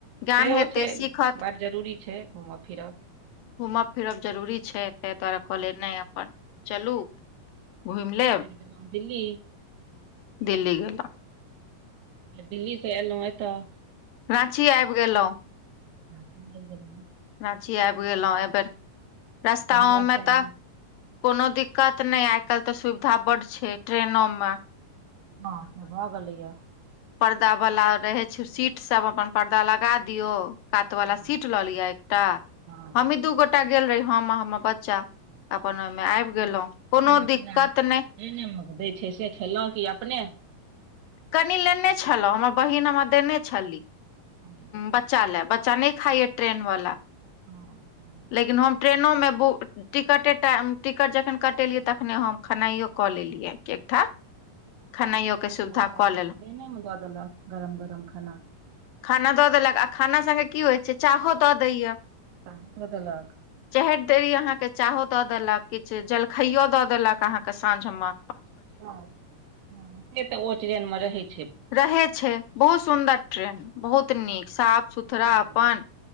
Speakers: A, on the left; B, on the right.
A: ज्ञान
B: सेहो
A: हेतै
B: छैय
A: सीखत
B: बड जरूरी छैय घूमब फिरब।
A: घूमब फिरब जरूरी छैय
B: जरूरी
A: तै दुआरे कहलियए
B: छै
A: नहि अपन चल। चलू घुइम लेब।
B: ऐलौ दिल्ली
A: दिल्ली
B: ओतयसँ
A: गेला।
B: फेर फेर दिल्ली से एलहुँ एतऽ।
A: राँची आइब गेलहुँ।
B: रा‌ंची आईब गेलौ।
A: राँची आईब गेलहुँ एहि बेर। रस्ताओमे
B: कोनो रास्तामे
A: तऽ कोनो दिक्कत न‌इ, आइ कायल तऽ सुविधा बड छैय ट्रेनोमे।
B: हँ से भ गेलैया।
A: परदा वला रहै छैय सीट सब अपन परदा लगा दियौ कातवला
B: हँ
A: सीट लऽ लिअ एक ट
B: हँ
A: हमही दू गोटा गेल रही हम आ हमर बच्चा। अपन ओहिमे आईब गेलहुँ कोनो
B: खाना
A: दिक्कत
B: पीना
A: न‌इ।
B: ट्रेनेमे दै छैय से खेलहुँं की अपने।
A: कनी लेने छलहुँ हमर- बहिन हमरा देने छली,
B: हँ
A: बच्चा ला बच्चा न‌इ खाइया ट्रेन वला।
B: हँ
A: लेकिन हम ट्रेनोमे बुक टिकटे टाइम टिकट जखन कटेलियै तखने हम खेनाइयओ कऽ लेलियै। ठीक ठाक खेनाइयोके सुविधा।
B: दिने
A: कऽ लेलहुँ
B: मे दऽ देलक गरम गरम खाना।
A: खाना दऽ देलक आ खाना सङ्गे की होइ छैय चाहो दऽ दैया।
B: दऽ देलक।
A: चढ़ैत देरी अहाँके चाहो दऽ देलक किछु जलखइयो दऽ देलक अहाँके साँझमे।
B: ह से तऽ ओ टरेन मे रहै छैय।
A: रहय छैय। बहुत सुन्दर ट्रेन, बहुत नीक साफ सुथ रा
B: हँ
A: अपन,